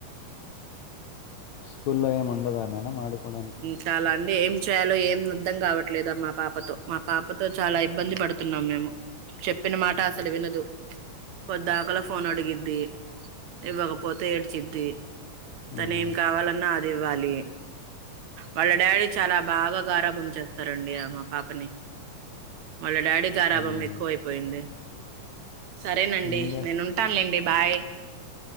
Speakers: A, on the left (about 70°); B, on the right (about 65°).
A: స్కూల్లో ఏమి ఉండదా మేడం ఆడుకోడానికి
B: చాలా అండి ఏం చేయాలో ఏం అద్దం కావట్లేదుమ్ మా పాపతో మా పాపతో చాలా ఇబ్బంది పడుతున్నాం మేము చెప్పిన మాట అసలు వినదు పొద్దిాకల ఫోన్ అడిగిద్ది ఇవ్వకపోతే ఏడ్చిద్ది తను
A: ఉమ్
B: ఏం కావాలన్నా అవాలి వాళ్ళ డాడీ చాలా బాగారాభం చేస్తారండి ఆ మా పాపని మళ్ళ డాడీ గరాభం
A: ఉమ్
B: ఎక్కువ అపోయింది సరే అదేనండి
A: ఏం చేస్తా
B: నేను ఉంటానులేండి బాయ్